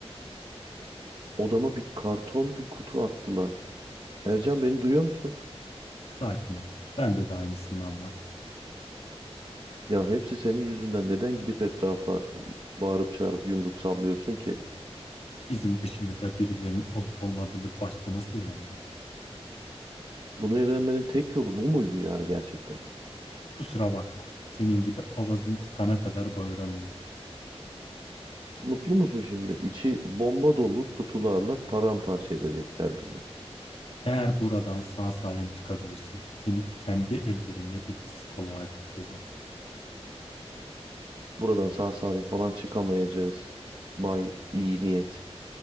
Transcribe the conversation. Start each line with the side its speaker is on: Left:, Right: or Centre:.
Right: Odama bir karton bir kutu attılar. Ercan beni duyuyor musun?
Left: Sakin ol. Bende de aynısından var.
Right: Ya hepsi senin yüzünden neden gidip etrafa bağırıp çağırıp yumruk sallıyorsun ki?
Left: Bizim dışımızda birilerinin olup olmadığını başka nasıl öğrenecek?
Right: Bunu öğrenmenin tek yolu bu muydu yani gerçekten?
Left: Kusura bakma. Senin gibi avazım çıkana kadar bağıramıyorum.
Right: Mutlu musun şimdi? İçi bomba dolu kutularla paramparça edecekler bizi.
Left: Eğer buradan sağ salim çıkabilirsek seni kendi ellerimle bir psikoloğa götüreceğim.
Right: Buradan sağ salim falan çıkamayacağız. Bay iyi niyet.